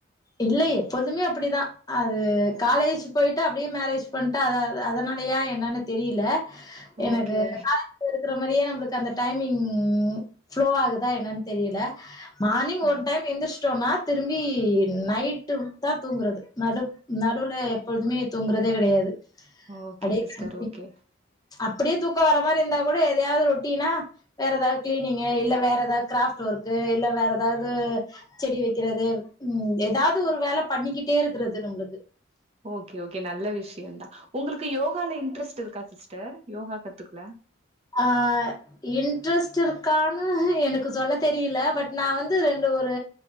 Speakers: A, on the left; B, on the right.
A: இல்ல எப்போதுமே அப்படிதா அது காலேஜ் போயிட்டு அப்படியே மேரேஜ் பண் அத அதனாலையா என்னன்னு தெரியல எனக்கு
B: ஓகே
A: இப்ப இருக்கிற மாரியே நம்மளுக்கு அந்த டைமிங் ஃப்ளோ ஆகுதா என்னன்னு தெரியல மார்னிங்
B: ஆ
A: ஒரு டைம் எந்திருச்சிட்டோனா திரும்பி நைட்டு தா தூங்குறது நடு நடுவுல எப்பொழுதுமே தூங்குறதே கெடையாது
B: ஓகே
A: அடே
B: சிஸ்டர்
A: க <inaudible>
B: ஓகே
A: அப்டியே தூக்க வர மாரி இருந்தா கூட எதயாவது ரொட்டினா வேற எதாவது கிளீனிங்கு இல்ல வேற எதாவது கிராஃப்ட் ஒர்க்கு இல்ல வேற எதாவது செடி வெக்கிறது ம் எதாவது ஒரு வேல பண்ணிக்கிட்டே இருக்கிறது நம்மளுக்கு
B: ஓகே ஓகே நல்ல விஷயம் தா உங்களுக்கு யோகால இன்ட்ரெஸ்ட் இருக்கா சிஸ்டர் யோகா கத்துக்க
A: அ இன்ட்ரெஸ்ட் இருக்கான்னு எனக்கு சொல்ல தெரியல பட் நா வந்து ரெண்டு ஒரு